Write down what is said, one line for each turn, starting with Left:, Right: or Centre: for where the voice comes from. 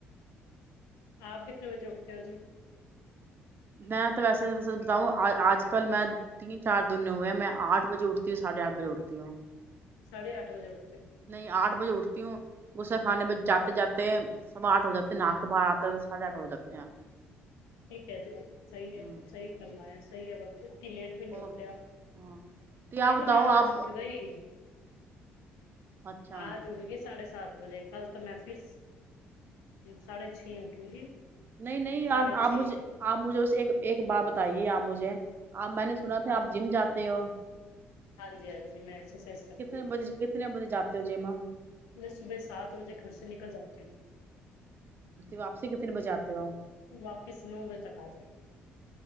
Left: آپ کتنے بجے اٹھتے ہو جی
Right: میں تو ویسے تو بتاؤں آج کل میں تین چار دنے ہوئے میں آٹھ بجے اٹھتی ہوں ساھے آٹھ بجے اٹھتی ہوں
Left: سڑھےٹھ بجےٹھ
Right: نہیں آٹھ بجے اٹھ تیوں غصے خھانے ب جاتے جاتے سوا آٹھ ہو جاتے ہیں ن کے باہر آتا تو ساھے آٹھ ہو جاتے ہیں
Left: ٹھیک ہے جی صحیح
Right: ہوں
Left: ہے صحیح فرمایا صحیح ہے وق انی لیٹ پہ نہیں
Right: او
Left: اٹتے آپ
Right: ہاں آپ
Left: یہ تو
Right: بتاؤ
Left: میں آ
Right: آپ
Left: ج اکے گ ہی
Right: اچھا
Left: آاں جڑ گی ساڑھے سات بجے کل تو میں پھر ساڑھے چھ اٹھوں گی
Right: نہیں نہیں
Left: ساڑھے
Right: آپ
Left: چھ
Right: مجھے آپ مجھے اسے ایک ایک بات بتائیے آپ مجھے آپ میں نے سنا تھا آپ جم جاتے ہو
Left: ہاں جی ہاں جی میں ایکسرسائز کرتی
Right: کتنے
Left: ہوں
Right: بجے کتنے بجے جاتے ہو جم
Left: میں صبح سات بجے گھر سے نکل جاتی ہ
Right: واپسی کتنے بجے آتے ہو
Left: جھ <unintelligible> واپس نو بجے تک آ جاتی